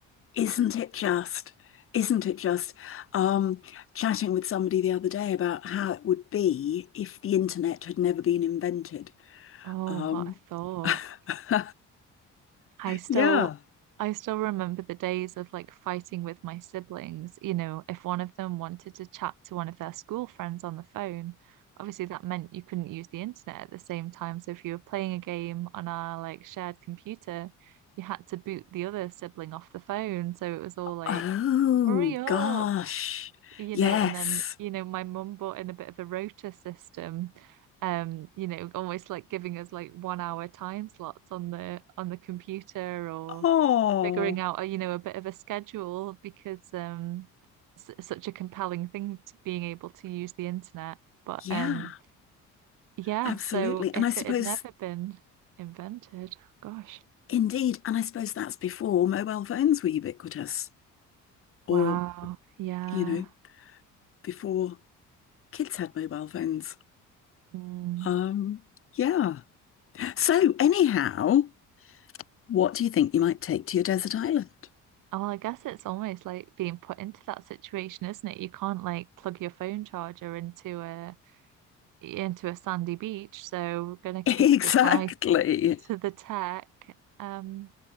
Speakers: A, on the left; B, on the right.
A: Isn't it just? Isn't it just? Um, chatting with somebody the other day about how it would be if the internet had never been invented.
B: Oh,
A: Um,
B: what a thought.
A: <laughs>
B: I still
A: yeah.
B: I still remember the days of like fighting with my siblings, you know, if one of them wanted to chat to one of their school friends on the phone. Obviously that meant you couldn't use the internet at the same time. So if you were playing a game on our like shared computer, you had to boot the other sibling off the phone. So it was all like,
A: Oh,
B: hurry up
A: gosh.
B: you
A: Yes.
B: know, and then, you know, my mum bought in a bit of a rota system, um, you know, almost like giving us like one hour time slots on the on the computer or
A: Oh,
B: figuring out, a, you know, a bit of a schedule because um s such a compelling thing to being able to use the internet. But
A: yeah,
B: um yeah,
A: absolutely.
B: so if
A: And I suppose,
B: it had never been invented, gosh.
A: indeed, and I suppose that's before mobile phones were ubiquitous, or,
B: Wow. Yeah.
A: you know, before kids had mobile phones.
B: Mm.
A: Um, yeah. So, anyhow, what do you think you might take to your desert island?
B: Well, I guess it's almost like being put into that situation, isn't it? You can't like plug your phone charger into a into a sandy beach, so we're gonna kiss
A: <laughs> Exactly.
B: goodbye <laughs> to the tech. Um,